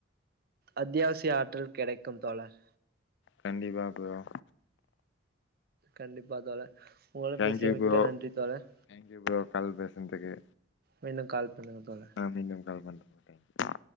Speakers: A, on the right (about 50°); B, on the left (about 65°).
A: அத்தியாவசிய ஆற்றல் கெடைக்கு தோழர்
B: கண்டிப்பா அப்பறோ
A: கண்டிப்பா தோழர் உங்களோட
B: தேங்க்யூ
A: பேசிய மிக்க
B: ப்ரோ
A: நன்றி தோழர்
B: தேங்க்யூ ப்ரோ கால் பேசுனதுக்கு
A: மீண்டும் கால் பண்ணுங்க தோழர்
B: ஆ மீண்டும் கால் பண்றே ஓகேங்க